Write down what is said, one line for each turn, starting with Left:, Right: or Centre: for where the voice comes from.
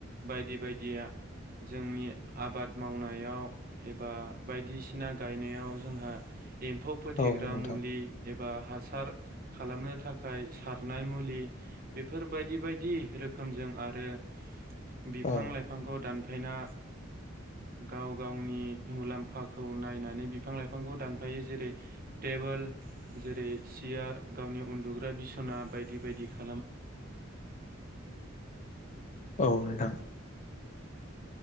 Right: बायदि बायदिया जोंनि आबाद मावनायाव एबा बायदिसिना गायनायाव जोंहा एम्फौ फोथैग्रा
Left: औ नोंथां
Right: मुलि एबा हासार खालामनो थाखाय सारनाय मुलि बेफोरबायदि बायदि रोखोमजों आरो बिफां
Left: औ
Right: लाइफांखौ दानफायना गाव गावनि मुलाम्फाखौ नायनानै बिफां लाइफांखौ दानफायो जेरै टेबोल जेरै सियार गावनि उन्दुग्रा बिसना बायदि बायदि खालामो।
Left: औ नोंथां